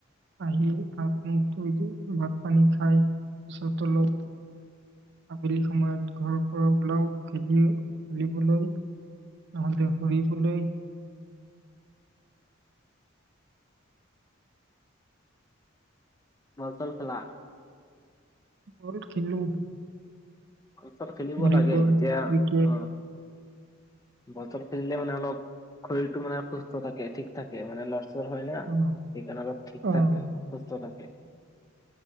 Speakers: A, on the right; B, on the left.
A: আহিয়ে হাত মুখ ভাত পানী খাই, পিছত অলপ আবেলি সময়ত ঘৰৰ পৰা ওলাও খেলি খেলিবলৈ, নহলে ঘুৰিবলৈ
B: বল চল খেলা?
A: বল খেলো
B: বল চল খেলিব
A: ভলীবল
B: লাগে তেতিয়া
A: ক্ৰিকেট
B: আহ বটল খেলিলে মানে অলপ শৰীৰটো মানে সুস্থ থাকে ঠিক থাকে মানে ল চ হয় না
A: অ'
B: সেইকাৰনে অলপ ঠিক
A: অ'
B: থাকে সুস্থ থাকে <unintelligible>